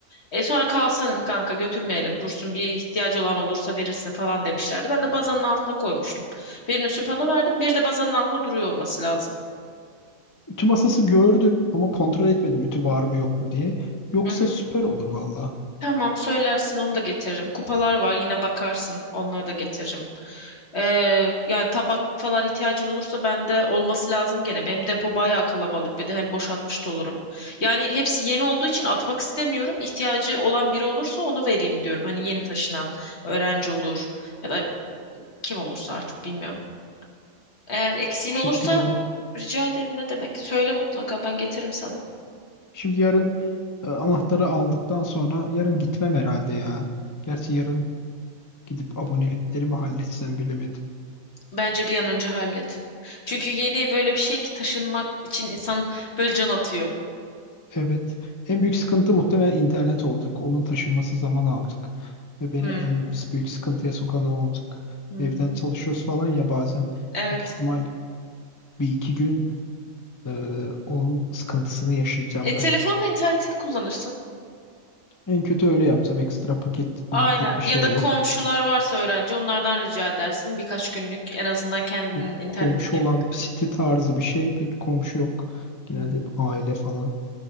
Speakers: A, on the left; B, on the left.
A: E, sonra kalsın kanka götürmeyelim dursun bir ihtiyacı olan olursa verirsin falan demişlerdi. Ben de bazanın altına koymuştum. Birini süpana verdim, bir de bazanın altına duruyor olması lazım.
B: Ütü masası gördüm ama kontrol etmedim ütü var mı yok mu diye. Yoksa
A: Hı hı.
B: süper olur valla.
A: Tamam söylersin onu da getiririm. Kupalar var yine bakarsın onları da getiririm. Ee, yani tabak falan ihtiyacın olursa bende olması lazım gene. Benim depo bayağı kalabalık bir de hem boşaltmış da olurum. Yani hepsi yeni olduğu için atmak istemiyorum. İhtiyacı olan biri olursa onu vereyim diyorum. Hani yeni taşınan öğrenci olur ya da kim olursa artık bilmiyorum. Eğer eksiğin
B: Teşekkür
A: olursa
B: ederim.
A: rica ederim ne demek. Söyle mutlaka ben getiririm sana.
B: Şimdi yarın e, anahtarı aldıktan sonra yarın gitmem herhalde ya. Gerçi yarın gidip aboneliklerimi halletsem bilemedim.
A: Bence bir an önce hallet. Çünkü yeni böyle bir şey ki taşınmak için insan böyle can atıyor.
B: Evet. En büyük sıkıntı muhtemelen internet olacak. Onun taşınması zaman alacak. Ve beni
A: Hmm.
B: en büyük sıkıntıya sokan o olacak.
A: Hmm.
B: Evden çalışıyoruz falan ya bazen.
A: Evet.
B: Büyük ihtimal bir iki gün e, onun sıkıntısını yaşayacağım
A: E, telefonla
B: ben.
A: internetini kullanırsın.
B: En kötü öyle yapsam ekstra paket
A: Aynen.
B: maket bir
A: Ya
B: şey
A: da
B: alıp
A: komşular varsa öğrenci onlardan rica edersin birkaç günlük en azından kendinin
B: bir
A: internete
B: komşu
A: gelene
B: olan
A: kadar.
B: bir site tarzı bir şey pek komşu yok. Genelde
A: Hmm.
B: hep aile falan.